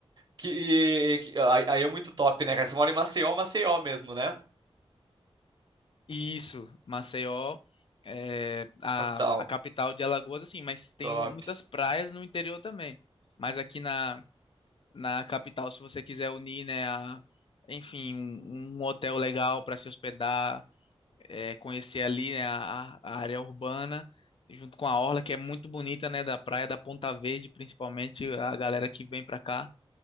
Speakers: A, on the right; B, on the left.
A: que, que- aí aí é muito top, né, cara? Você mora em Maceió, Maceió mesmo, né?
B: Isso, Maceió é a,
A: Capital.
B: a capital de Alagoas, assim, mas tem
A: Top.
B: muitas praias no interior também. Mas aqui na, na capital, se você quiser unir, né, a, enfim, um, um hotel legal para se hospedar, é, conhecer ali, né, a, a área urbana, junto com a orla, que é muito bonita, né, da praia da Ponta Verde, principalmente a galera que vem para cá